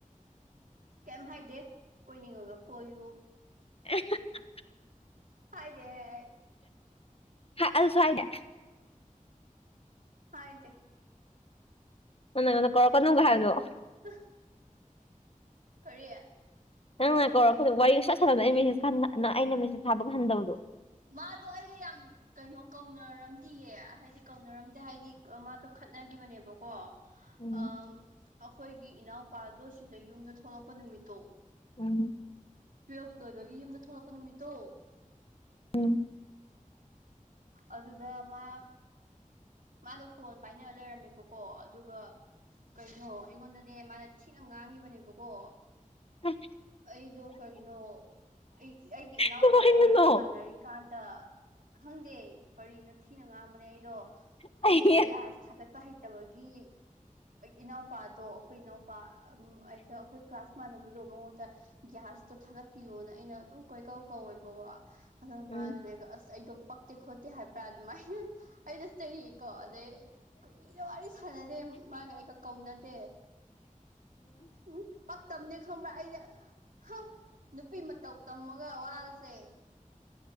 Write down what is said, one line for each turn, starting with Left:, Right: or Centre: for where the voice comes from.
Right: ꯀꯩꯝ ꯍꯥꯏꯗꯦ ꯀꯣꯏꯅꯤꯡꯉꯒ ꯀꯣꯏꯌꯨ
Left: ꯑꯦ ꯍꯥ ꯍꯥ <unintelligible>
Right: ꯍꯥꯏꯗꯦꯍꯦ ꯑꯩ
Left: ꯍꯥ ꯑꯗꯨꯁꯨ ꯍꯥꯏꯗꯦ
Right: ꯍꯥꯏꯗꯦ
Left: ꯎꯝ ꯅꯪ ꯅꯥ ꯀꯣꯔꯛꯀꯅꯨꯒ ꯍꯥꯏꯕꯗꯣ
Right: ꯑꯥ <unintelligible> ꯀꯔꯤ
Left: ꯅꯪꯅ ꯀꯧꯔꯛꯄꯗꯣ ꯋꯥꯔꯤ ꯁꯨꯁꯥꯟ ꯁꯥꯟꯅꯗꯣ ꯑꯩ ꯃꯦꯁꯦꯁ ꯀꯟꯅ ꯑꯩꯅ ꯃꯦꯁꯦꯖ ꯊꯥꯕꯒ ꯍꯟꯗꯕꯗꯣ
Right: ꯃꯥꯗꯣ ꯑꯩꯗꯣ ꯌꯥꯝ ꯀꯩꯅꯣ ꯀꯧꯅꯔꯝꯇꯤꯌꯦ ꯍꯥꯏꯗꯤ ꯀꯧꯅꯔꯝꯗꯦ ꯍꯥꯏꯗꯤ ꯃꯥꯖꯨ ꯈꯠꯅꯒꯤꯕꯅꯦꯕꯀꯣ
Left: ꯎꯝ
Right: ꯑꯥ ꯑꯈꯣꯏꯒꯤ ꯏꯅꯥꯎꯄꯥꯗꯣ ꯁꯤꯗ ꯌꯨꯝꯗ ꯊꯣꯛꯂꯛꯄ ꯅꯨꯃꯤꯠꯇꯣ
Left: ꯎꯝ
Right: ꯇꯨꯌꯦꯜꯕ ꯂꯣꯏꯕꯒꯤ ꯌꯨꯝꯗ ꯊꯣꯛꯂꯛꯄ ꯅꯨꯃꯤꯠꯇꯣ
Left: ꯎꯝ
Right: ꯑꯗꯨꯗ ꯃꯥ ꯃꯥꯗꯣ ꯐꯣꯟ ꯄꯥꯏꯅꯔ ꯂꯩꯔꯝꯃꯦꯕꯀꯣ ꯑꯗꯨꯒ ꯀꯩꯅꯣ ꯑꯩꯉꯣꯟꯗꯅꯦ ꯃꯥꯅ ꯊꯤꯅ ꯉꯥꯡꯒꯤꯕꯅꯦꯕꯀꯣ
Left: ꯎ
Right: ꯑꯩꯗꯣ ꯀꯔꯤꯅꯣ ꯑꯩ ꯑꯩꯒꯤ ꯏꯅꯥꯎꯄꯥꯒ
Left: ꯀꯃꯥꯏꯅꯅꯣ
Right: ꯋꯥꯔꯤ ꯁꯥꯟꯅꯔꯤ ꯀꯥꯟꯗ ꯈꯪꯗꯦ ꯀꯔꯤꯅꯣ ꯊꯤꯅ ꯉꯥꯡꯕꯅꯦ ꯑꯩꯗꯣ
Left: ꯑꯩ
Right: ꯑꯩꯗꯣ ꯒ꯭ꯌꯥ ꯑꯥꯁ ꯊꯥꯒꯠꯄ ꯍꯩꯇꯕꯒꯤ ꯏꯅꯥꯎꯄꯥꯗꯣ ꯑꯩꯈꯣꯏ ꯏꯅꯥꯎ ꯄꯥ ꯑꯝ ꯑꯩꯒ ꯑꯩꯈꯣꯏ ꯀ꯭ꯂꯥꯁ ꯃꯥꯟꯅꯕꯗꯣ ꯃꯉꯣꯟꯗ ꯒ꯭ꯌꯥꯁꯇꯣ ꯊꯥꯒꯠꯄꯤꯌꯣꯅ ꯑꯩꯅ ꯑꯗꯨꯝ ꯀꯣꯏꯀꯧ ꯀꯧꯋꯦꯕꯀꯣ ꯍꯟꯗꯛ ꯃꯥꯅꯅꯦ
Left: ꯎꯝ
Right: ꯑꯁ ꯑꯩꯗꯣ ꯄꯛꯇꯦ ꯈꯣꯠꯇꯦ ꯍꯥꯏꯕ꯭ꯔꯥ ꯑꯗꯨꯃꯥꯏꯅ ꯑꯩꯗꯣ ꯆꯩ ꯀꯣ ꯑꯗꯩ ꯀꯨꯏꯅ ꯋꯥꯔꯤ ꯁꯥꯟꯅꯗꯦ ꯃꯥꯒ ꯑꯩꯒ ꯀꯧꯅꯗꯦ ꯎꯝ ꯄꯛꯇꯝꯅꯦ ꯈꯪꯕ꯭ꯔꯥ ꯑꯩꯅ ꯍꯥ ꯅꯨꯄꯤ ꯃꯇꯧ ꯇꯝꯃꯒ ꯋꯥꯁꯦ